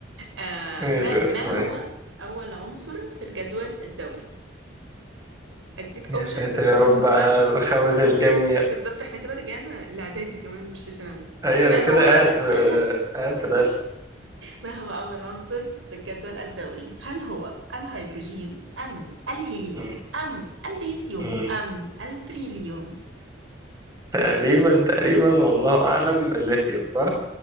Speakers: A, on the right; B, on the right.
A: آه
B: ماشي
A: ما
B: ماشي
A: ما
B: معاك
A: هو اول عنصر في الجدول الدوري اديك
B: يا
A: اوبشنز
B: ساتر
A: عشان
B: يا رب
A: هو
B: على رخامة الكيمياء
A: بالظبط احنا كده رجعنا لاعدادي كمان مش لثانوي
B: أيوه أنا
A: ما هو
B: كده قاعد في
A: <laughs>
B: قاعد في درس
A: ما هو اول عنصر في الجدول الدوري هل هو الهيدروجين ام الهيليوم
B: مم.
A: ام الليثيوم
B: مم.
A: ام البريليوم
B: تقريبا تقريبا والله أعلم الليثيوم صح؟